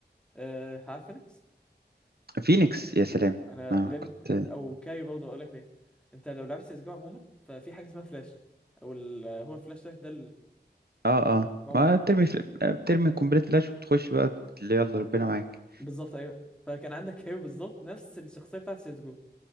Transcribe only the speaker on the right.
فينيكس يا سلام
ما
كنت
اه اه
ما بترمي في... بترمي قنبلة فلاش وبتخش بقى اللي يلا ربنا معاك